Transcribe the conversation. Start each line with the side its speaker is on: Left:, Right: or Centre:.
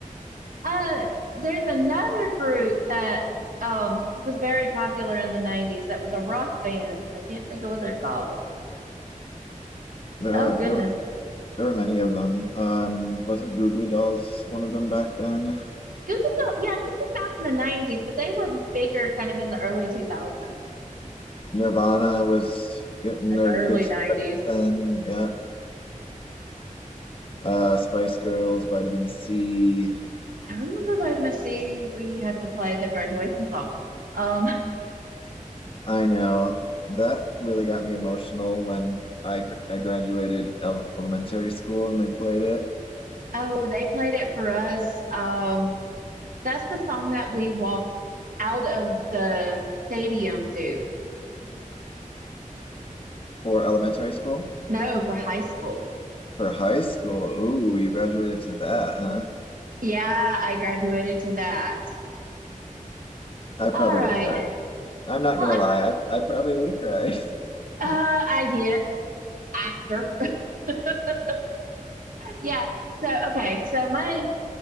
Right: <laughs> uh, there's another group that um was very popular in the 90s that was a rock band, but I can't think of what they're called.
Left: there,
Right: Oh goodness.
Left: there were many of them. Um, wasn't Goo Goo Dolls one of them back then?
Right: Google them. Yeah, they came out in the 90s, but they were bigger kind of in the early 2000s.
Left: Nirvana was getting
Right: That's
Left: their
Right: early
Left: good start
Right: 90s.
Left: then. Yeah. Uh, Spice Girls, Vitamin C.
Right: I remember Vitamin C, we had to play the graduation song. Um,
Left: I know that really got me emotional when I gr- I graduated el elementary school and they played it
Right: <laughs> oh, they played it for us. Um, That's the song that we walked out of the stadium to.
Left: for elementary school.
Right: No, for high school.
Left: For high school, ooh, you graduated to that, huh?
Right: Yeah, I graduated to that.
Left: I probably
Right: All right.
Left: would have cried. I'm not
Right: Well,
Left: gonna
Right: I,
Left: lie. I, I probably would have cried.
Right: uh,
Left: <laughs>
Right: I did after. <laughs> yeah. So okay. So my